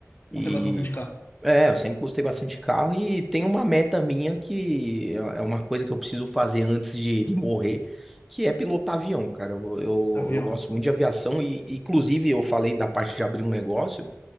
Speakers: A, in the centre; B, on the left.
A: E
B: Nossa, eu gosto bastante de carro.
A: é, eu sempre gostei bastante de carro e tem uma meta minha que é é uma coisa que eu preciso fazer antes de, de morrer, que é pilotar avião, cara. Eu, eu,
B: Avião.
A: eu gosto muito de aviação e, inclusive, eu falei da parte de abrir um negócio